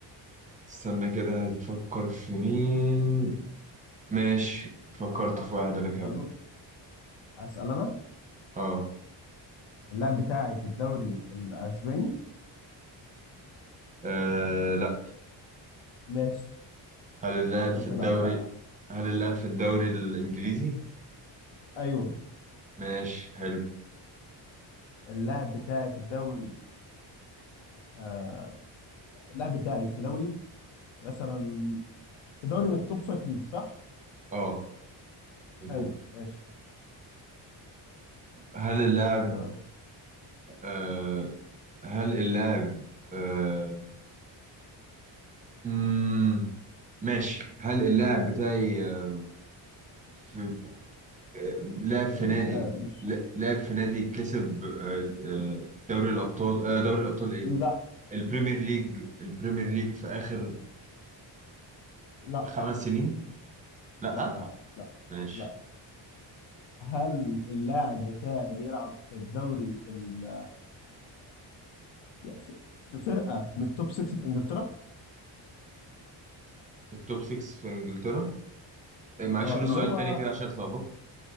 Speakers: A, on the right; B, on the left.
A: استنى كده هتفكر في مين ماشي فكرت
B: صعب
A: في واحد انا كمان
B: يلا اسال انا
A: اه
B: اللاعب بتاعي في الدوري الاسباني
A: آه لا
B: ماشي
A: هل اللاعب
B: انت
A: في الدوري
B: اللي عليك
A: هل اللاعب في الدوري الإنجليزي؟
B: ايوه
A: ماشي حلو
B: اللاعب بتاعي في الدوري آه اللاعب بتاعي في دوري مثلا في دوري من التوب فايف ليج صح
A: اه مظبوط
B: حلو ماشي
A: هل اللاعب
B: يلا انت اللي عليك
A: آه هل اللاعب آه مم ماشي هل اللاعب بتاعي آه، في آه، لاعب في
B: اي
A: نادي
B: سؤال مش
A: لا- لاعب في نادي كسب آه، آه، دوري الأبطال آه دوري الأبطال إيه؟
B: لا
A: البريمير ليج البريمير ليج في آخر
B: لا
A: خمس سنين؟ لا
B: لا لا لا
A: ماشي
B: لا هل اللاعب بتاعي بيلعب في الدوري ال- يعني في في فرقه من التوب 6 في انجلترا
A: التوب 6 في إنجلترا آه، معلش
B: اه
A: قول السؤال
B: اللي هو
A: تاني كده عشان اتلخبطت